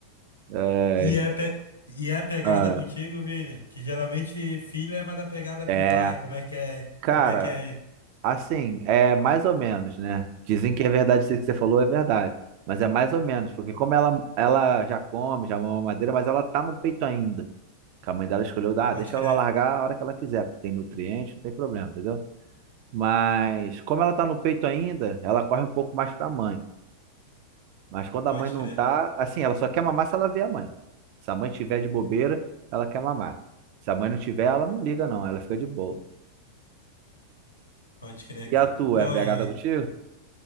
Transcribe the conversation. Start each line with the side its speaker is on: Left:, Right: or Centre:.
Right: É,
Left: E é pe- E é pegada
Right: ah,
Left: contigo, Vini, que geralmente filha é mais apegada
Right: é.
Left: com o pai. Como é que é?
Right: Cara,
Left: Como é que é aí?
Right: assim, é mais ou menos, né? Dizem que é verdade, isso que você falou é verdade. Mas é mais ou menos, porque como ela, ela já come, já mama madeira, mas ela tá no peito ainda. Que a mãe dela escolheu, ah,
Left: Pode
Right: deixa
Left: crer.
Right: ela largar a hora que ela quiser, porque tem nutriente, não tem problema, entendeu? Mas como ela tá no peito ainda, ela corre um pouco mais pra mãe. Mas quando
Left: Pode
Right: a mãe não
Left: crer,
Right: tá, assim, ela só quer mamar se ela vê a mãe. Se a mãe tiver de bobeira, ela quer mamar. Se a mãe não tiver, ela não liga não, ela fica de boa.
Left: pode crer,
Right: E
Left: cara.
Right: a tua,
Left: Não,
Right: é pegada
Left: e,
Right: contigo?